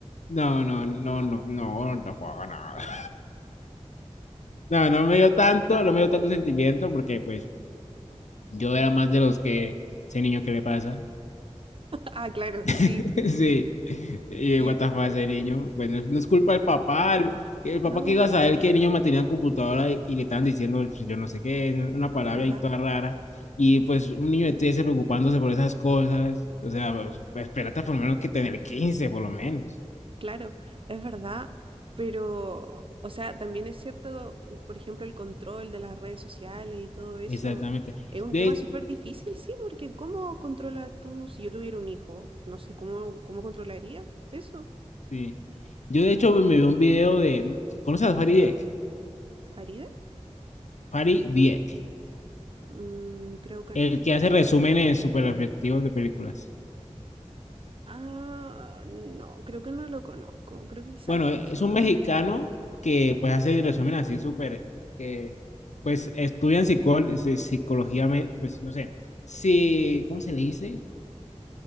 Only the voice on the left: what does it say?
no, no, no, no, no, no, no, <laughs> no. No, no me dio tanto, no me dio tanto sentimiento porque pues yo era más de los que, ese niño, ¿qué le pasa?
<laughs> Sí, y
what the fuck, ese niño, bueno, no es culpa del papá, el, el papá
que iba a saber que el niño mantenía la computadora y, y le estaban diciendo pues, yo no sé qué, una palabra
ahí toda rara, y pues un niño de 13 preocupándose por esas cosas, o sea, pues, espérate por lo menos que tener quince por lo menos,
exactamente.
De,
sí. Yo de hecho me vi un video de, ¿conoces a Farid Diek?
Farid Diek.
El
que hace resúmenes súper efectivos de películas.
Bueno,
es un
mexicano que pues hace resúmenes así súper, que pues estudian psicol si- psicología, me- pues no sé, si, ¿cómo se le dice?